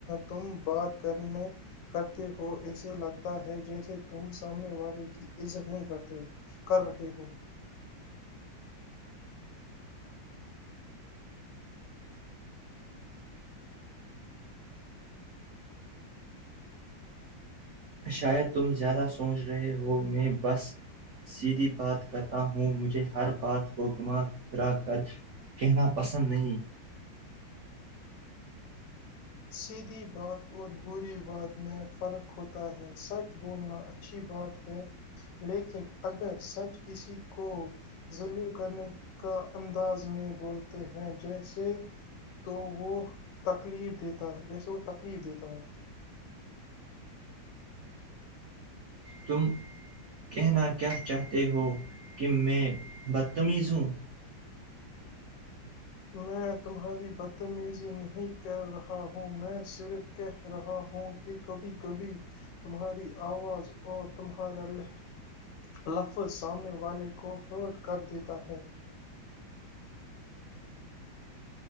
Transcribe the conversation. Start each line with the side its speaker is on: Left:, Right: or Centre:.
Left: تم بات کرنے کرتے ہو ایسے لگتا ہے جیسے تم سامنے والے کی عزت نہیں کرتے کر رہے ہو
Right: شاید تم زیادہ سوچ رہے ہو میں بس سیدھی بات کرتا ہوں مجھے ہر بات کو گھما پھرا کر کہنا پسند نہیں
Left: سھی بات اور بری بات میں فرق ہوتا ہے سچ بولنا اچھی بات ہے لیکن اگر سچ کسی کو ذلیل کرنے کا انداز میں بولتے ہیں جیسے تو وہ تکلیف دیتے تا جیسے وہ تکلیف دیتا ہے
Right: تم کہنا کیا چاہتے ہو کہ میں بدتمیز ہوں
Left: میں تمہاری بدتمیزی نہیں کر رہا ہوں میں صرف کہہ رہا ہوں کہ کبھی کبھی تمہاری آواز اور تمہارا ل لفظ سامنے والے کو ہرٹ کر دیتا ہے